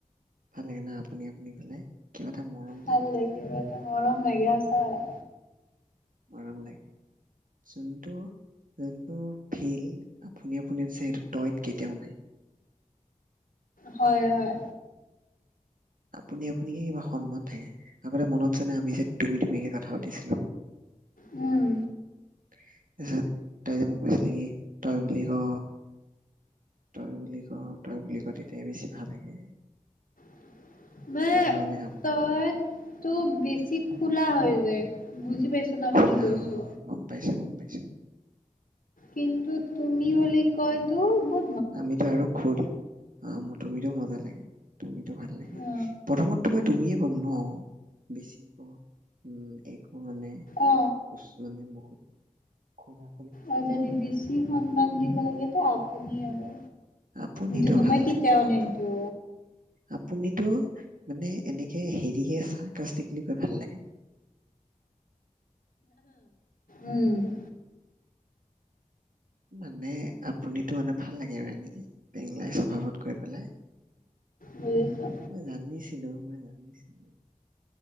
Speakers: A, on the right; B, on the left.
A: ভাল লাগে না আপুনি আপুনি ক'লে। কিবা এটা মৰম
B: ভাল লাগে কিবা এটা মৰম লাগি যাই সচা।
A: মৰম লাগে যোনটো যোনটো ফ্লিড আপুনি আপুনিত আছে সেই তইত কেতিয়াও নাই।
B: হয় হয়।
A: আপুনি আপুনিকে কিবা সন্মান থাকে আগত মনত আছে নাই আমি যে তুমি তুমিকে কথা পাতিছিলো।
B: উম
A: তাৰ পিছত তই যে মোক কৈছিলি কি, তই বুলি ক। তই বুলি ক, তই বুলি ক তেতিয়া বেছি ভাল লাগে।
B: <inaudible>
A: তেতিয়াহে মানে
B: ত‌ই বেছি খোলা হৈ যায় বুজি পাইছ ন
A: খোলা
B: কি কৈছো।
A: অঁ গম পাইছো, গম পাইছোঁ।
B: কিন্তু তুমি বুলি কোৱাটো বা
A: আমিটো আৰু খো দিয়া। আঁহ মোৰ তুমিটো মজা লাগে, তুমিটো ভাল লাগে।
B: অ
A: প্ৰথমতটো মই তুমিয়ে ক'ম ন? বেছিকৈ, উম একো মানে,
B: অ
A: উচ মানে বহুত খুৰা
B: অঁ, যদি বেছি সন্মান দিব লাগে ত আপুনি আৰু।
A: আপুনিটো
B: যোনটো
A: ভাল
B: মই কেতিয়াও
A: লাগে, আপ
B: নিদো।
A: আপুনিটো মানে এনেকে হেৰিহে, চাৰ্কাষ্টিক্লি পোৰা ভাল লাগে।
B: উম।
A: মানে, আপুনিটো মানে ভাল লাগে আৰু এনেকে, পেংলাই স্বভাৱত কৈ পেলাই।
B: বুজিছা।
A: মই জানিছিলো, মই জানিছিলো।